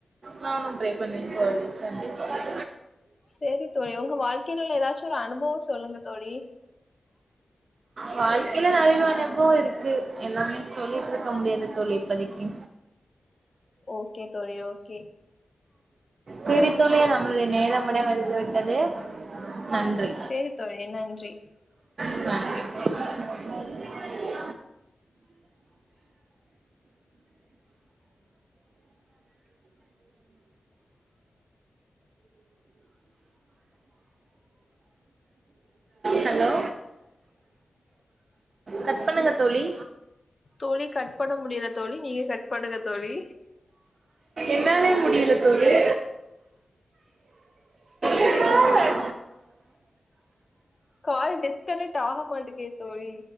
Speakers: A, on the right; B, on the left.
A: நானு ப்ரே பண்ணிடு போய்டுங்சார்
B: செரி தோழி உங்க வாழ்க்கையில உள்ள ஏதாச்சு ஒரு அனுபவோ சொல்லுங்க தோழி
A: வாழ்க்கையில நிறயலா அனுபவோ இருக்கு எல்லாமே சொல்லிட்டு இருக்க முடியாது தோழி இப்போதிக்கி
B: ஓகே தோழி ஓகே
A: செரி தோழி நம்மளுடைய நேரம் முடிவடைந்துவிட்டது நன்றி
B: சரி தோழி நன்றி.
A: <inaudible> ஹலோ கட் பண்ணுங்க தோழி
B: தோழி கட் பண்ண முடியல தோழி நீங்க கட் பண்ணுங்க தோழி
A: என்னாலே முடியல தோழி
B: என்ன
A: தோழி
B: செய்வது தோழ் கால் டிஸ்கனக்ட் ஆகமாட்டிகே தோழி